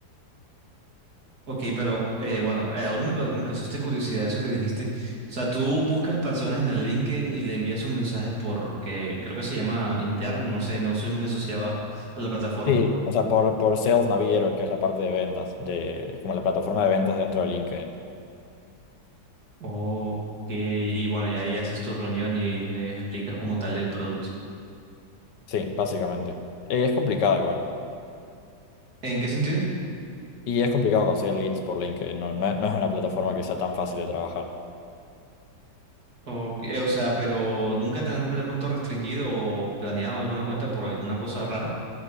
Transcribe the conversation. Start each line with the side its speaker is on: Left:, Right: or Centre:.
Right: Ok, pero eh, bueno, eh, ahora me, ca- me causaste curiosidad eso que dijiste. O sea, tú buscas personas en el LinkedIn y le envías un mensaje porque creo que se llama interno, no sé, no soy muy asociado a, a la plataforma.
Left: Sí, o sea, por, por Sales Navigator, que es la parte de ventas, de, como la plataforma de ventas dentro de LinkedIn.
Right: Ok, y bueno, ya ahí haces tu reunión y le explicas como tal el producto.
Left: Sí, básicamente. Eh, es complicado igual.
Right: ¿En qué sentido?
Left: Y es complicado conseguir leads por LinkedIn. No, no, no es una plataforma que sea tan fácil de trabajar.
Right: Ok, eh, o sea, pero nunca te han de pronto restringido o planeado alguna cuenta por alguna cosa rara.